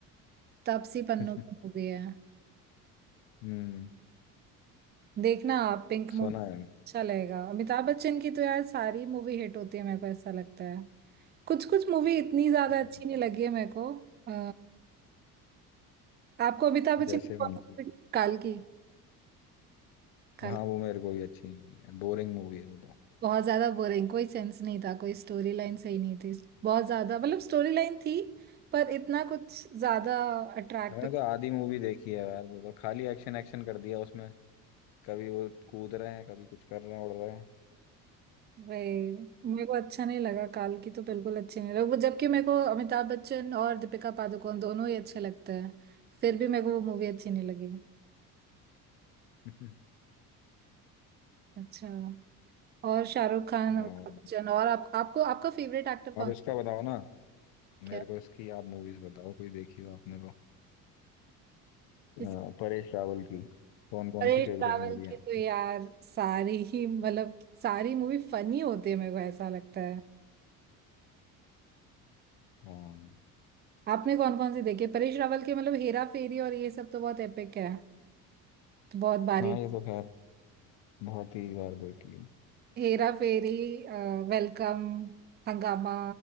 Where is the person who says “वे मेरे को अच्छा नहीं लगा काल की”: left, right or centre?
Right